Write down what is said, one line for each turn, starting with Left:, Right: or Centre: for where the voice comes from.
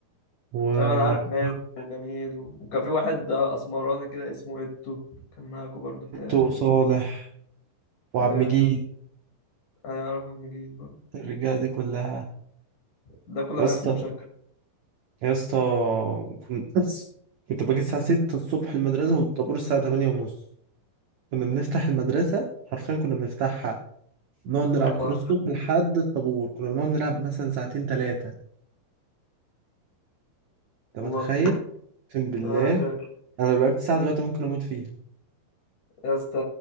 Right: وإتو
Left: أيوة أنا عارف مازن وجميل وكان في واحد أسمراني كده اسمه إتو كان معاكوا برضو بتاعي
Right: وصالح وعبد
Left: أيوه
Right: مجيد
Left: الناس دي. أيوه عارف عم جيل برضو
Right: الرجاله دي كلها
Left: ده كله
Right: يا اسطى
Left: عارفهم شكل
Right: يا اسطى كنت كنت باجي الساعه 6 الصبح المدرسه والطابور الساعه 8 ونص كنا بنفتح المدرسه حرفيا كنا بنفتحها نقعد نلعب
Left: والله
Right: كوره الصبح لحد الطابور كنا بنقعد نلعب مثلا ساعتين ثلاثه انت
Left: والله
Right: متخيل اقسم بالله
Left: أنا فاهم
Right: انا لو لعبت ساعه دلوقتي ممكن اموت فيها
Left: يا اسطى